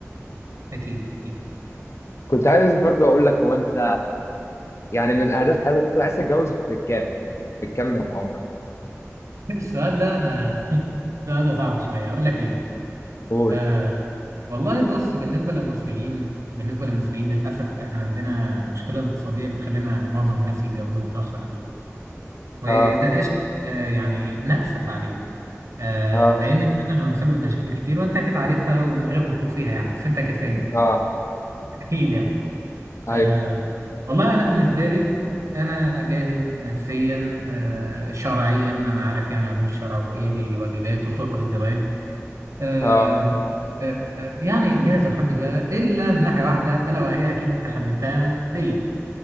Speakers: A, on the right; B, on the left.
A: اكيد اكيد
B: كنت عايز برضه أقول لك هو أنت يعني من أهداف حياتك أنت عايز تتجوز في كام؟ في كام من عمرك؟
A: <laughs> السؤال ده ما <laughs> السؤال ده صعب شوية اقول لك ليه
B: قول
A: آه، والله بص بالنسبة للمصريين بالنسبة للمصريين للأسف إحنا عندنا مشكلة الاقتصادية بتخلينا معظم الناس يتجوزوا متأخر أوي وده
B: آه
A: شيء آه، يعني نأسف عليه آه،
B: آه
A: لأن فعلا هو مسبب مشاكل كتير وأنت أكيد عارفها ومن غير ما تخوض فيها يعني بس أنت أكيد فاهمني
B: آه
A: <laughs> أكيد يعني
B: أيوه
A: آه، والله أنا بالنسبة لي أنا جاهز نفسيا آه، شرعيا أنا عارف يعني علوم الشرع وإيه الواجبات وفقه الزواج آه
B: آه
A: آه يعني جاهز الحمد لله إلا من ناحية واحدة ألا وهي أكيد أنت خمنتها ماديا